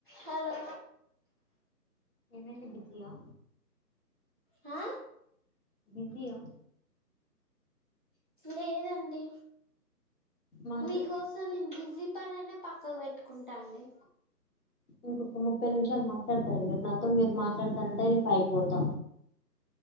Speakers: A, on the right; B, on the left.
A: Hello
B: ఏమైంది busy ఆ
A: ఆ
B: బిజీ యా
A: లేదండి
B: మాట్లా
A: మీకోసం నే బిజి పనైనా పక్క పెట్టుకుంటాండి
B: ఇంకొక ముప్పై నిమిషాలు మాట్లాడతార మీరు నాతో మీరు మాట్లాడతనంటే నేను పైకి పోతా